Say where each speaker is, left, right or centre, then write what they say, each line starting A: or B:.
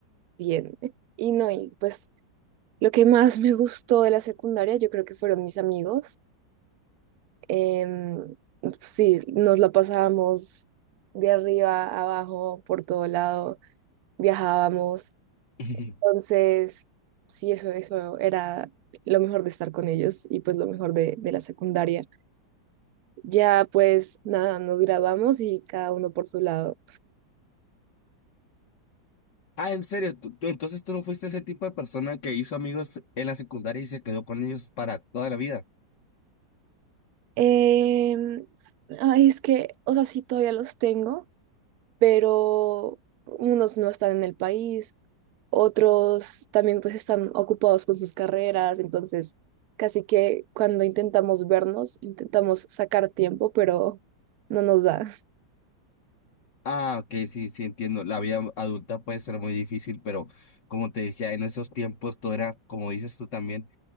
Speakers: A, on the right (about 70°); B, on the left (about 65°).
A: bien. <laughs> Y no, y pues Lo que más me gustó de la secundaria, yo creo que fueron mis amigos. Em, sí, nos la pasábamos de arriba a abajo, por todo lado, viajábamos.
B: <laughs>
A: Entonces, sí, eso, eso era lo mejor de estar con ellos y pues lo mejor de, de la secundaria. Ya pues nada, nos graduamos y cada uno por su lado.
B: Ah, en serio, ¿Tú, tú- entonces tú no fuiste ese tipo de persona que hizo amigos en la secundaria y se quedó con ellos para toda la vida.
A: Em, ay, es que, o sea, sí, todavía los tengo, pero unos no están en el país otros también pues están ocupados con sus carreras, entonces casi que cuando intentamos vernos, intentamos sacar tiempo, pero no nos da.
B: Ah, ok, sí, sí, entiendo. La vida adulta puede ser muy difícil, pero como te decía, en esos tiempos todo era, como dices tú también.